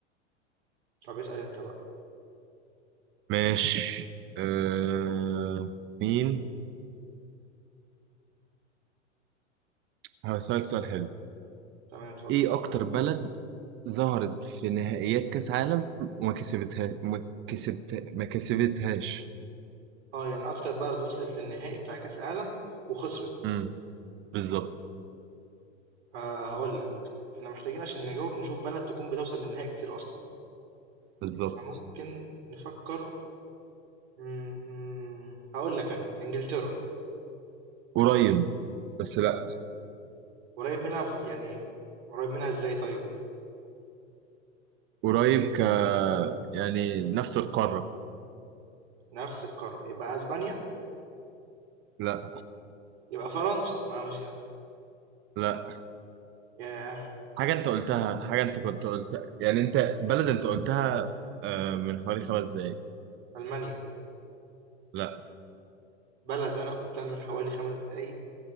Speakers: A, on the right; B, on the right.
A: طب اسأل انت بقى
B: ماشي أه... مين هسألك سؤال حلو
A: تمام اتفضل
B: ايه اكتر بلد ظهرت في نهائيات كاس عالم وما كسبتها ما كسبت ما كسبتهاش
A: آه، يعني أكتر بلد وصلت للنهائي بتاع كأس العالم وخسرت
B: امم بالظبط
A: آه هقول لك احنا محتاجين عشان نجاوب نشوف بلد تكون بتوصل للنهائي كتير أصلا
B: بالظبط
A: فممكن نفكر م- م- هقول لك أنا إنجلترا
B: قريب بس لا
A: قريب منها في يعني قريب منها إزاي طيب
B: قريب ك يعني نفس القارة
A: نفس القارة يبقى أسبانيا
B: لا
A: يبقى فرنسا ما مش
B: لا
A: ياه
B: حاجة انت قلتها حاجة انت كنت قلتها يعني انت بلد انت قلتها آه، من حوالي خمس دقايق
A: ألمانيا
B: لا
A: بلد أنا قلتها من حوالي خمس دقايق